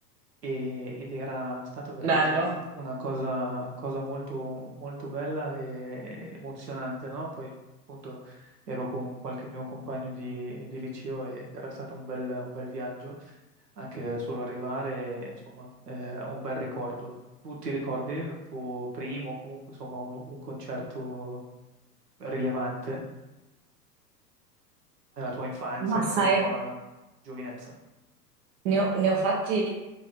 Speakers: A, on the right; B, on the right.
A: e- ed era stata veramente
B: Bello.
A: un- una cosa, cosa molto, molto bella e emozionante, no? Poi appunto ero con qualche mio compagno di, di liceo ed era stato un bel, un bel viaggio, anche solo arrivare, insomma, eh, un bel ricordo. Tu ti ricordi il tuo primo o comunque insomma un, un concerto rilevante nella tua infanzia
B: Ma
A: o
B: sai,
A: nella tua giovinezza?
B: ne ho, ne ho fatti